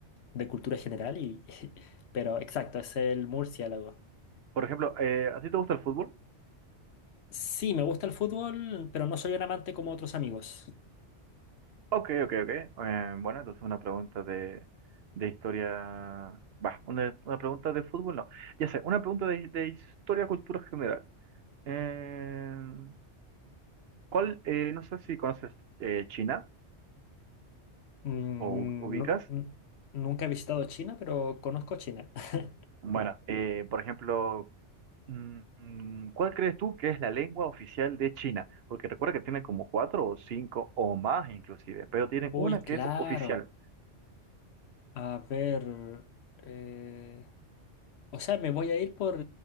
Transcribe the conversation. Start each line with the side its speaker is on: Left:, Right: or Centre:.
Left: de cultura general y... <laughs> Pero exacto, es el murciélago.
Right: Por ejemplo, eh, ¿a ti te gusta el fútbol?
Left: Sí, me gusta el fútbol, pero no soy un amante como otros amigos.
Right: Ok, ok, ok. Eh, bueno, entonces una pregunta de, de historia. Va, una, una pregunta de fútbol, no. Ya sé, una pregunta de, de historia, cultura general. Eh, ¿cuál? eh, no sé si conoces eh, China
Left: Mm,
Right: o u- ubicas.
Left: nu- nu- nunca he visitado China, pero conozco China. <laughs>
Right: Bueno, eh, por ejemplo, mm, mm, ¿cuál crees tú que es la lengua oficial de China? Porque recuerda que tienen como cuatro o cinco o más inclusive, pero tienen
Left: Uy,
Right: una que
Left: claro.
Right: es oficial.
Left: A ver, eh, o sea, me voy a ir por